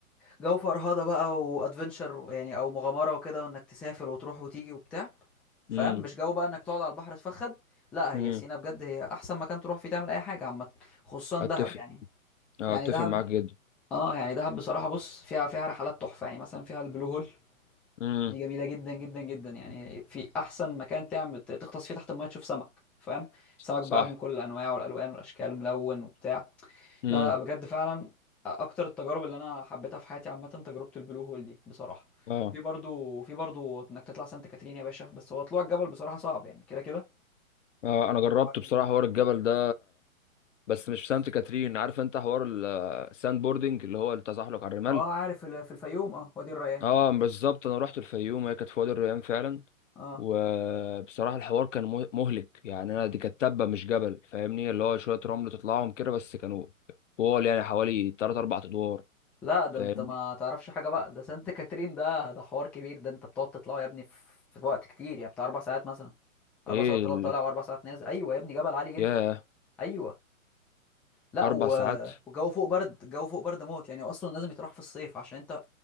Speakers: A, in the centre; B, on the left.
A: جو فرهدة بقى وأدفنشر يعني أو مغامرة وكده وإنك تسافر وتروح وتيجي وبتاع فاهم
B: امم
A: مش جو بقى إنك تقعد على البحر تفخد لا
B: امم
A: هي سينا بجد هي أحسن مكان تروح فيه تعمل أي حاجة عامة خصوصا دهب
B: اتفق
A: يعني
B: اه
A: يعني
B: اتفق
A: دهب
B: معاك جدا
A: اه يعني دهب بصراحة بص فيها فيها رحلات تحفة يعني مثلا فيها البلو هول
B: امم
A: دي جميله جدا جدا جدا يعني في احسن مكان تعمل ت- تغطس فيه تحت الميه تشوف سمك فاهم سمك
B: صح
A: بقى من كل انواعه والالوان والاشكال ملون وبتاع
B: امم
A: لا لا بجد فعلا اكتر التجارب اللي انا حبيتها في حياتي عامه تجربه البلو هول دي بصراحه
B: اه
A: في برضو في برضو انك تطلع سانت كاترين يا باشا بس هو طلوع الجبل بصراحه صعب يعني كده كده
B: اه انا جربت
A: طلوع
B: بصراحة
A: الجبل
B: حوار الجبل ده بس مش في سانت كاترين عارف انت حوار الساند بوردنج اللي هو التزحلق على الرمال
A: اه عارف ال- في الفيوم اه وادي الريان
B: اه بالظبط انا رحت الفيوم هي كانت في وادي الريان فعلا
A: اه
B: وبصراحه الحوار كان مه- مهلك يعني انا دي كانت تبه مش جبل فاهمني اللي هو شويه رمل تطلعهم كده بس كانوا طول يعني حوالي 3 4 ادوار
A: لا ده
B: فاهمني
A: انت ما تعرفش حاجه بقى ده سانت كاترين ده ده حوار كبير ده انت بتقعد تطلعوا يا ابني في في وقت كتير يعني بتاع اربع ساعات مثلا
B: ايه
A: اربع ساعات طلع
B: اللي...
A: طالع واربع ساعات نازل ايوه يا ابني جبل عالي جدا
B: ياه
A: ايوه لا
B: اربع
A: و...
B: ساعات
A: والجو فوق برد الجو فوق برد موت يعني اصلا لازم يتراح في الصيف عشان انت